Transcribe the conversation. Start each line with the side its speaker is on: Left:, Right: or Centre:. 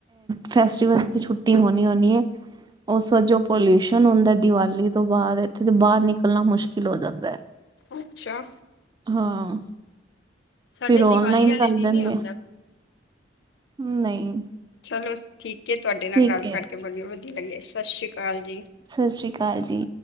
Right: ਫੈਸਦੀਵਲ ਦੀ ਛੁੱਟੀ ਹੋਣੀ ਹੋਣੀ ਹੈ। ਉਸ ਵਜੋਂ ਪੋਲਿਊਸ਼ਨ ਹੁੰਦਾ ਦੀਵਾਲੀ ਤੋਂ ਬਾਅਦ ਇੱਥੇ ਦੇ ਬਾਹਰ ਨਿਕਲਣਾ ਮੁਸ਼ਕਿਲ ਹੋ ਜਾਂਦਾ ਹੈ।
Left: ਅੱਛਾ।
Right: ਹਾਂ,
Left: ਸਾਡੇ
Right: ਫਿਰ ਓਨਲਾਈਨ
Left: ਦੀਵਾਲੀ ਵਾਲੇ
Right: ਕਰ
Left: ਦਿਨ
Right: ਦੈਂਦੇ
Left: ਹੀ ਹੁੰਦਾ
Right: ਆ। ਹਮ ਨਹੀਂ।
Left: ਚਲੋ ਠੀਕ ਹੈ ਤੁਹਾਡੇ ਨਾਲ
Right: ਠੀਕ
Left: ਗੱਲ
Right: ਹੈ
Left: ਕਰਕੇ ਬੜਾ ਵਧੀਆ ਲੱਗਿਆ ਸਤਿ ਸ਼੍ਰੀ ਅਕਾਲ ਜੀ।
Right: ਸਤਿ ਸ਼੍ਰੀ ਅਕਾਲ ਜੀ।